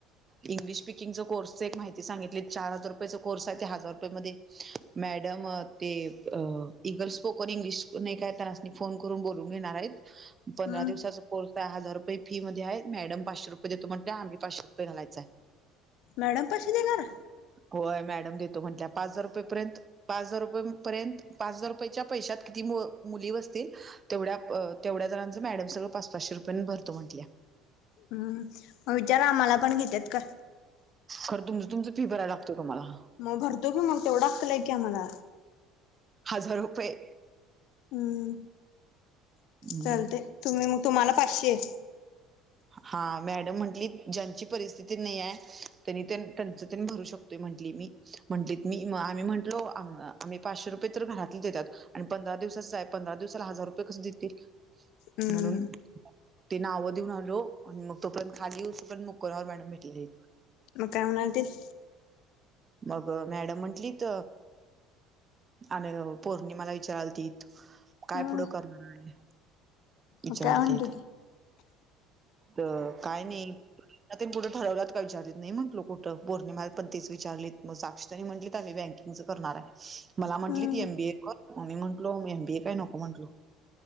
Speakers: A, on the right; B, on the left.
A: इंग्लिश स्पिकिंग च कोर्सच एक माहिती सांगितली. चार हजार रुपयचा कोर्स आहे. ते हजार रुपया मध्ये मॅडम मॅडम ते इगल स्पोकन इंग्लिश नाही काय त्यासनी फोन करून बोलून घेणार आहेत. पंधरा
B: हम्म
A: दिवसाचा कोर्स हजार रुपये फी मध्ये आहेत मॅडम पाचशे रुपय देतो म्हणत्या आम्ही पाचशे रुपय घालायच हाय
B: मॅडम पाचशे देणार?
A: होय मॅडम देतो म्हटल्या पाच हजार रुपये पर्यंत पाच हजार रुपये पर्यंत पाच हजार रुपयेच्या पैशात किती मुली बसतील? तेवढ्या तेवढ्या जणांचं मॅडम सगळं पाच पाचशे रुपयान भरतो म्हंटल्या.
B: हम. म विचार आम्हाला पण घेतात का.
A: खरं तुम तुमचं फी भराय लागतय तुम्हाला
B: म भरतो की मग तेवढं अक्कल आहे की आम्हाला
A: हजार रुपये
B: हम
A: हम्म.
B: चालतय तुम्ही म तुम्हाला पाचशे.
A: हा मॅडम म्हंटली ज्यांची परिस्थिती नाही आहे त्यांनी त्यांच त्यन भरू शकतोय म्हंटली मी. म्हंटलीत मी आम्ही म्हटलो. आम्ही पाचशे रुपये तर घरातली देत्यात. आणि पंधरा दिवसाच आहे पंधरा दिवसाला हजार रुपये कसं देतील.
B: हम्म
A: म्हणून ते नाव देऊन आलो मग तोपर्यत खाली येवूस पर्यंत मुक्कुराव मॅडम भेटलेली
B: मग काय म्हणालतीत
A: मग मॅडम म्हंटलीत आणि पौर्णिमाला विचाराला विचारालतीत. काय
B: हम्म
A: पुढं करणार आहे. विचारालतीत
B: मग काय म्हणते ते
A: त काय नाही. लग्न तेन कुठं ठरवल्यात काय विचारीत नाही म्हटलो कुठं पोर्णिमाला पण तेच विचारली म साक्षी तेनी म्हटलीत आम्ही बँकिंगच करणार आहे मला म्हंटलीत
B: हम्म
A: एम बीए कर मी म्हटलो मी एम बीए काय नको म्हटलो.